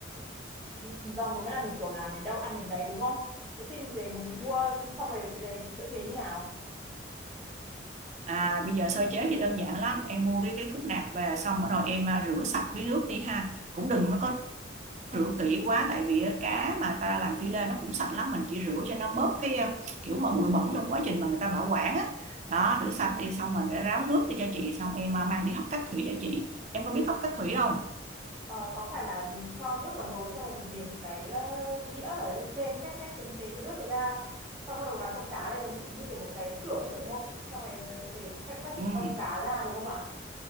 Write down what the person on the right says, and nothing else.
à bây giờ sơ chế thì đơn giản lắm em mua cái cái khúc nạc về xong bắt đầu em à, rửa sạch với nước đi ha cũng đừng có rửa kỹ quá tại vì cá mà ta làm phi lê nó cũng sạch lắm mình chỉ rửa cho nó bớt cái ờ, kiểu mà bụi bẩn trong quá trình mà người ta bảo quản á đó rửa sạch đi xong rồi để ráo nước đi cho chị xong em ờ, mang đi hấp cách thủy cho chị em có biết hấp cách thủy không
ừ,